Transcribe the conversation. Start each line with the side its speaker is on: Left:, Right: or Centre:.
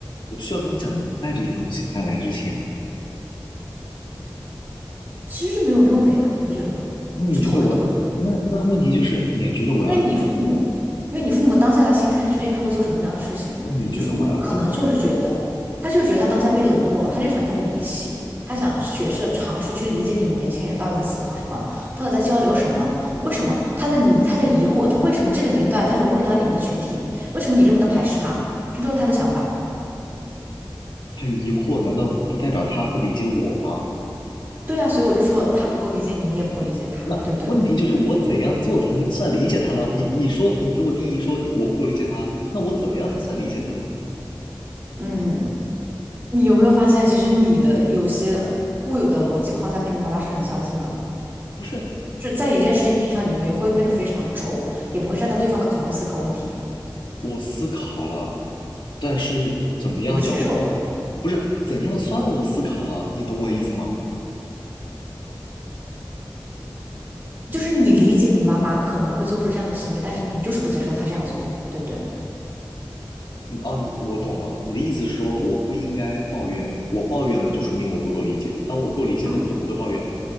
Left: 我需要跟他讲明白这些东西，在来之前。
Right: 其实是没有用的呀，你不觉得吗？
Left: 那你觉得我，
Right: 这讨论都很。
Left: 那那问题就是，你觉得我要怎
Right: 因为你父母，因为你父母当下的心态决定他会做什么样的事情。
Left: 么那你觉得我要怎么理解？
Right: 你父母可能就是觉得，他就觉得他当下被冷落了，他就想跟你们一起，他想学着尝试去理解你们年轻人到底在思考什么，到底在交流什么，为什么他在迷，他在疑惑，他为什么这个年龄段他融入不了你们的群体，为什么你这么的排斥他，这都是他的想法。
Left: 他疑惑，难道不代表他不理解我吗？
Right: 对啊，所以我就说他不够理解你，你也不够理解他，
Left: 那问题就是，
Right: 对不对？
Left: 我怎样做才能算理解他呢？你你说，你给我定义说你我不够理解他，那我怎么样才算理解他呢？
Right: 嗯，你有没有发现，其实你的有些固有的逻辑框架跟你妈妈是很相近的？
Left: 不是，
Right: 是在一件事情上，你们也会变得非常轴，也不会站在对方的考虑思考问题，
Left: 我思考了。但是怎么样叫我，
Right: 你不接受，
Left: 不是怎样算我思考了，你懂我的意思吗？
Right: 就是你理解你妈妈可能会做出这样的行为，但是你就是不接受她这样做，对不对？
Left: 你哦，你我懂了，你的意思是说我不应该抱怨，我抱怨了就说明我不够理解，当我够理解了，
Right: 嗯，
Left: 我就不会抱怨了